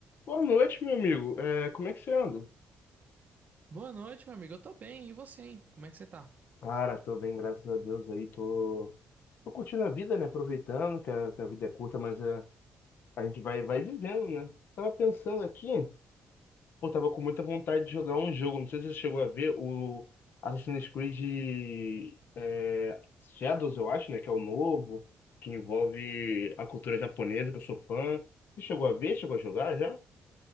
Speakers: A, on the left (about 60°); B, on the right (about 45°).
A: Boa noite, meu amigo. É, como é que você anda?
B: Boa noite, meu amigo. Eu tô bem. E você, hein? Como é que você tá?
A: Cara, tô bem, graças a Deus aí, tô, tô curtindo a vida, né? Aproveitando que a, que a vida é curta, mas é, a gente vai, vai vivendo, né? Tava pensando aqui, pô, tava com muita vontade de jogar um jogo, não sei se você chegou a ver o Assassin's Creed é, Shadows, eu acho, né? Que é o novo, que envolve a cultura japonesa, que eu sou fã. Você chegou a ver? Chegou a jogar já?